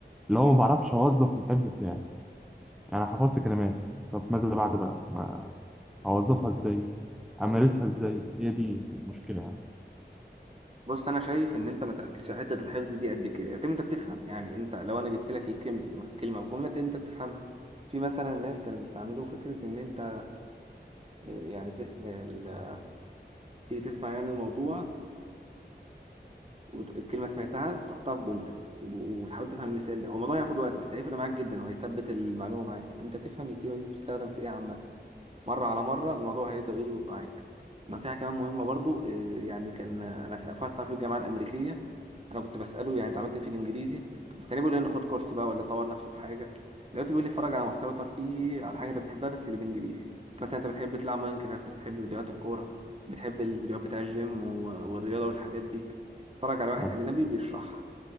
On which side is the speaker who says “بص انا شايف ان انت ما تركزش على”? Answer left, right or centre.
Right